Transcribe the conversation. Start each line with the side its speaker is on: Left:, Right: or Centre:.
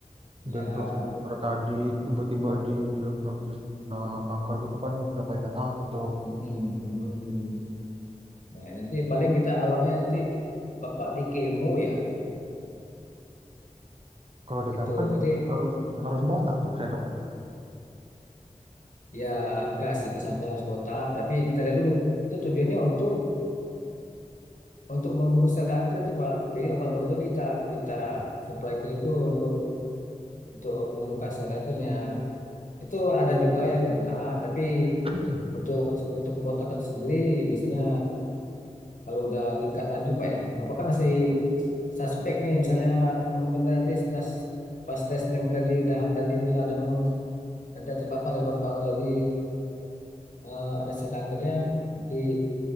Left: Ya,
Right: diagnosa dokter tadi tiba-tiba di diagnosis nah kanker gitu kan siapa yang nggak takut dok.
Left: mm, mm, mm. Nah, nanti paling kita awalnya nanti Bapak di kemo ya
Right: Kalau di
Left: gitu.
Right: kamu kan
Left: Jadi
Right: harus harus botak dok saya dok.
Left: ya enggak sih enggak sampai harus botak, tapi kita lihat dulu itu tujuannya untuk untuk membunuh sel kanker itu Pak. Jadi obat obat itu kita kita supply ke itu untuk untuk membunuh sel kankernya. Itu ada juga yang kena, tapi
Right: <clears throat> <laughs>
Left: untuk untuk kebotakan sendiri biasanya kalau udah tingkat lanjut Pak ya. Bapak kan masih suspek nih misalnya memang benar nanti tes pas tes yang tadi dah, tadi ada memang ada terpapar ya paru-paru tadi eh, ada sel kankernya nanti